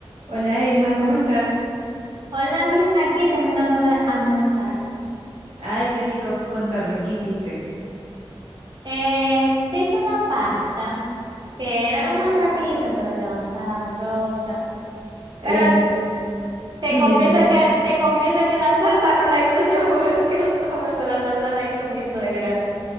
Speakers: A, on the right; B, on the right.
A: Hola Emma, ¿cómo estás?
B: Hola, bien, aquí terminando de almorzar.
A: Ay, qué rico, contame, ¿qué hiciste?
B: Eh, te hice una pasta que era lo más rapidito, pero quedó sabrosa.
A: Ay,
B: Pero
A: a mí,
B: te
A: dime,
B: confieso
A: dime.
B: que te confieso que la salsa no la hizo yo, <laughs> pero quedó sabrosa. La salsa la hizo mi suegra.